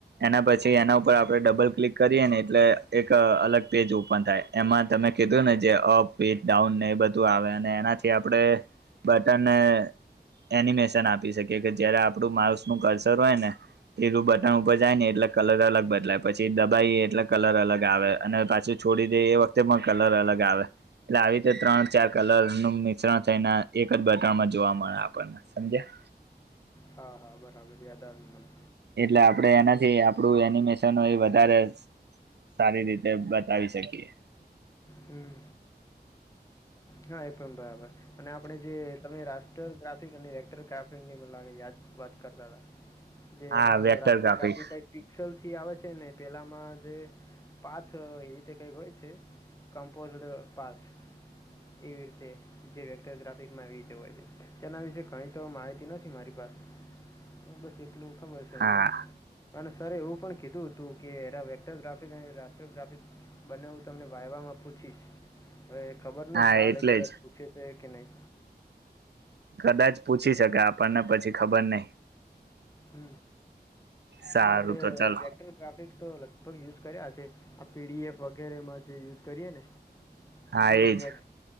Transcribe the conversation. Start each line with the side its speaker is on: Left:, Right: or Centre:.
Right: એના પછી એના ઉપર આપણે ડબલ ક્લિક કરીએ ને એટલે એક અલગ પેજ ઓપન થાય એમાં તમે કીધું ને જે અપ પેજ ડાઉન ને બધું આવે અને એનાથી આપણેે બટનને એનિમેશન આપી શકીએ કે જયારે આપણું માઉસ નું કરસર હોય ને એલું બટન ઉપર જાય ને એટલે કલર અલગ બદલાય પછી દબાવી એટલે કલર અલગ આવે અને પાછી છોડી દે એ વખતે પણ કલર અલગ આવે એટલે આવી રીતે ત્રણ ચાર કલર નું મિશ્રણ થઈને એક જ બટનમાં જોવા મળે આપણને સમજયા
Left: હા હા બરાબર યાદ આવ્યું મને
Right: એટલે આપડે એનાથી આપડું એનિમેશન હોય એ વધારે સારી રીતે બતાવી શકીએ
Left: હમ હા એ પણ બરાબર અને આપણે જે તમે રાષ્ટરગ્રાફિક મ યાદ વાત કરતા હતાા જે
Right: હા
Left: એમાં
Right: વેક્ટર
Left: રાસ્ટરગ્રાફિક
Right: ગ્રાફિક
Left: કઈ પિક્સલ થી આવે છે ને પેલામાં જે પાંચ એ રીતે કઈ હોય છે કમ્પોઝડ પારસ એવી રીતે જે વેક્ટરગ્રાફિકમાં એવી રીતે હોય છે તેના વિશે ધણી તો માહિતી નથી મારી પાસે હ બસ એટલું ખબર છે
Right: હા
Left: મને સર એવું પણ કીધું હતું કે વેક્ટરગ્રફિક અને રાષ્ટરગ્રાફિક બનેવું તમને વાઈવા માં પૂછીશ હવે ખબર નહિ
Right: હા
Left: કાલે
Right: એટલે
Left: કદાચ
Right: જ
Left: પૂછે છે કે નહી
Right: કદાચ પૂછી શકે આપણને પછી ખબર નહી
Left: હ
Right: સારું
Left: હા આપણે
Right: તો ચાલો
Left: વેકટરગ્રાફિક તો લગભગ યુઝ કર્યા છે આ પીડીએફ વગેરેમાં જે યુઝ કરીએ ને
Right: હા
Left: તે
Right: એજ
Left: જ વેક